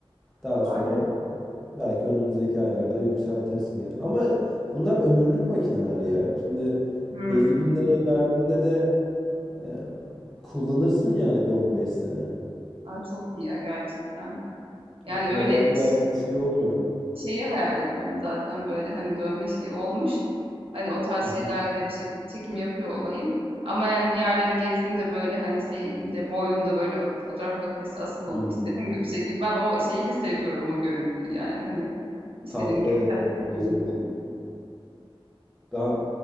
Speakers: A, in the centre; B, on the right.
A: Daha
B: Aynen.
A: sonra belki önümüzdeki aylarda yükseltirsin yani. Ama bunlar ömürlük makineler ya. Şimdi
B: Hımm.
A: 50 bin lirayı verdiğinde de e, Kullanırsın yani bir 15 sene.
B: A, çok iyi ya gerçekten. Yani,
A: Yani kolay
B: öyle
A: kolay
B: ş
A: bir şey olmuyor.
B: şeyi hayal ediyorum zaten, böyle, hani, dövme şeyi olmuş, hani, o tarz
A: <laughs> Hı hı.
B: şeylerde bir şekilde çekim yapıyor olayım ama, yani, bir yerleri gezdiğimde, böyle, hani, şeyimde, boynumda, böyle, fotoğraf makinesi asılı olup
A: Hmm.
B: istediğim gibi çekeyim. Ben o şeyi <laughs> seviyorum, o görüntüyü, yani, hani, istediğim
A: Tatlı
B: gibi
A: evet
B: tat
A: benim
B: çekeyim,
A: de gözümü.
B: yani.
A: Ben